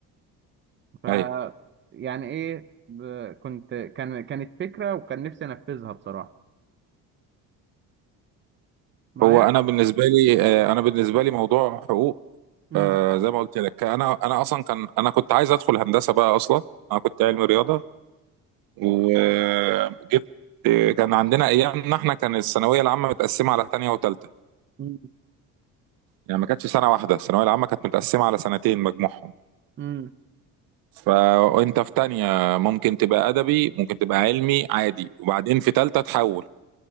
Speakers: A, on the right; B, on the right.
A: ف
B: اي
A: يعني ايه ب- كنت كان كانت فكرة وكان نفسي انفذها بصراحة معايا
B: هو انا بالنسبه لي آه، انا بالنسبه لي موضوع حقوق
A: امم
B: آه، زي ما قلت لك انا انا اصلا كان انا كنت عايز ادخل هندسه بقى اصلا انا كنت علمي رياضه وجبت كان عندنا ايامنا احنا كان الثانويه العامه متقسمه على ثانيه وثالثه
A: مم.
B: يعني ما كانتش سنه واحده الثانويه العامه كانت متقسمه على سنتين مجموعهم
A: امم
B: فانت في تانية ممكن تبقى ادبي ممكن تبقى علمي عادي وبعدين في تالتة تحول